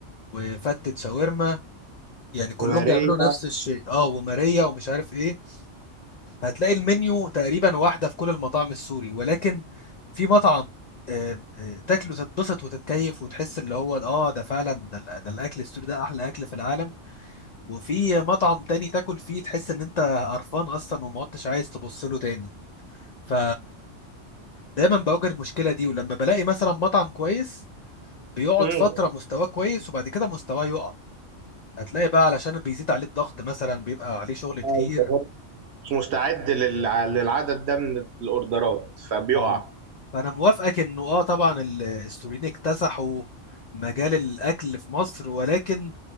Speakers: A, on the left; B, on the right.
A: وفتة شاورما يعني كلهم
B: وماريا
A: بيعملوا نفس الشيء اه وماريا ومش عارف ايه هتلاقي المنيو تقريبا واحدة في كل المطاعم السوري ولكن في مطعم آه، آه، تاكله تتبسط وتتكيف وتحس اللي هو اه ده فعلا ده, ال- ده الاكل السوري ده احلى اكل في العالم وفي مطعم تاني تاكل فيه تحس ان انت قرفان اصلا وما عدتش عايز تبص له تاني ف دايما بواجه المشكلة دي ولما بلاقي مثلا مطعم كويس بيقعد
B: مم.
A: فترة مستواه كويس وبعد كده مستواه يقع هتلاقي بقى علشان بيزيد عليه الضغط مثلا بيبقى عليه شغل كتير
B: أيوة. مش مستعد للع- للعدد ده من الاوردرات فبيقع
A: اه فانا موافقك انه اه طبعا ال- السوريين اكتسحوا مجال الاكل في مصر ولكن